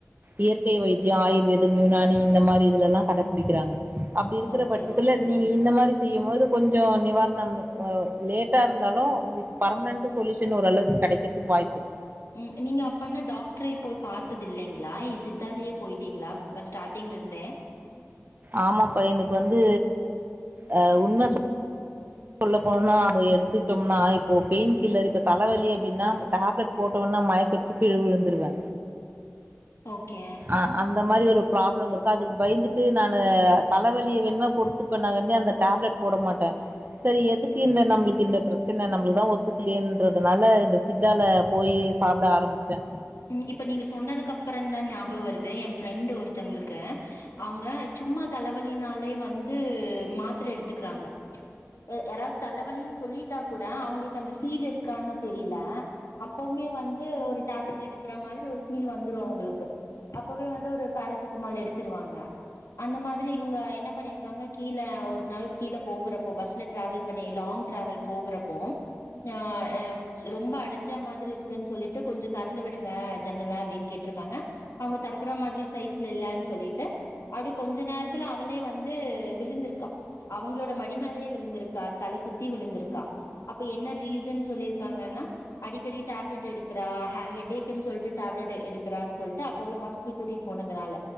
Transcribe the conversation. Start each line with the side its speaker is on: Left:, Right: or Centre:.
Right: இயற்கை வைத்திய ஆயுர்வேதம் யுனானி இந்த மாரி இதுலலா கடபுடிக்கறாங்க அப்டி இருக்கிற
Left: ஓகே
Right: பட்சத்துல
Left: ஓகே
Right: நீங்க இந்த மாரி செய்யும் போது கொஞ்சோ நிவாரணம் அ லேட்டா இருந்தாலு உங்குளுக்கு பர்மனன்ட் சொல்யூஷன் ஒரு அளவு கெடைக்கிறதுக்கு வாய்ப்பிருக்
Left: ம் நீங்க அப்பென்ன டாக்டரயே போய் பாத்தது இல்லைங்ளா சித்தாலியே போய்ட்டிங்ளா ஸ்டார்டிங் லிருந்தே
Right: ஆமாம்ப்பா எனக்கு வந்து அ உண்ம சொல்ல போனா அத எடுத்துக்ட்டம்னா இப்போ பெயின் கில்லர் இப்ப தலவலி அப்டினா டேப்லெட் போட்டவொன் மயக்கடிச்சி கீழ விழுந்துருவே
Left: ஓகே
Right: அ அந்த மாரி ஒரு ப்ராப்ளமிருக்கு அதுக்கு பயந்துட்டு நானு தலவலிய வேணுமா பொறுத்துப்பனா கன்டி அந்த டேப்லெட் போட மாட்ட செரி எதுக்கு இந்த நம்ளுக்கு இந்த பிரச்சன நம்ளுக்கு தா ஒத்துக்லியேன்றதுனால இந்த சித்தால போயி சாப்ட ஆரமிச்சே
Left: ம் இப்ப நீங்க சொன்னதுக்கப்புறந் தா ஞாபக வருது எ ஃப்ரெண்டு் ஒருத்தவங்களுக்கு அவங்க சும்மா தலவலினாலே வந்து மாத்திர எடுத்துக்கறாங்க அ யாராவது தலவலினு சொல்லிட்டா கூட அவங்களுக்கு அந்த ஃபீல் இருக்கான்னு தெரில அப்ப வுமே வந்து ஒரு டேப்லெட் எடு க்கற மாரி ஒரு ஃபீல் வந்துரு அவங்களுக்கு அப்பவே வந்து ஒரு பேரசிட்டமால் எடுத்துருவாங்க அந்த மாதிரி இவுங்க என்ன பண்ணிருக்காங்க கீழ ஒரு நாள் கீழ போகுறப்போ பஸ்ல டிராவல் பண்ணி லா ங் டிராவல் போகுறப்போ ஆ அ ரொம்ப அடைஞ்சா மாதிரி இருக்குன் சொல்லிட்டு கொஞ்ச தெறந்து விடு ங்க ஜன்னல அப்டினு கேட்ருக்காங்க அவங்க தெறக்குற மாதிரி சைஸ்ல இல்லைன் சொல்லிட்டு அப்டி கொஞ்ச நேரத்துல அவளே வந்து விழுந்திருக்கா அவுங்களோட மடிமேலயே விழுந்திருக்கா தல சுத்தி விழுந்திருக்கா அப்ப என்ன ரீசன் சொல்லிருக்காங்கன் அடிக்கடி டேப்லெட் எடுக்கிற ஆ ஹெட்டே க்ன் சொல்லிட்டு டேப்லெட் எடுக்கறன் சொல்ட்டு அப்பவே ஹாஸ்பிட்டல் கூட்டிட்டு போனதுனால